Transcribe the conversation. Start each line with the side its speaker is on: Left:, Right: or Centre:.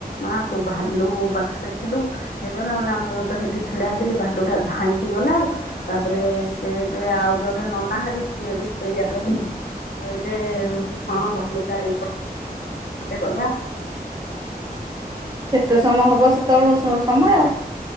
Left: ମା ତୁ ଭାଲୁ ପାଖ ସେ ଥିଲୁ କିନ୍ତ ନା ନା ମୁଁ ତ ସେଇଠି ଛିଡାଇଥିଲି ଭାଲୁଟା ଧାଇଁକି ଗଲା ଆଉ। ତାପରେ ସେ ଯେ ଆଉ ଜଣେ ନନା ହେବେ ସିଏ ବି ସେଇଆ କହିବ କହିଲେ ହଁ ଭାଲୁ ଟା ଏଇ ଟେ ଗଲା
Right: କେତେ ସମୟ ହବ ସେତେବେଳ ସମୟ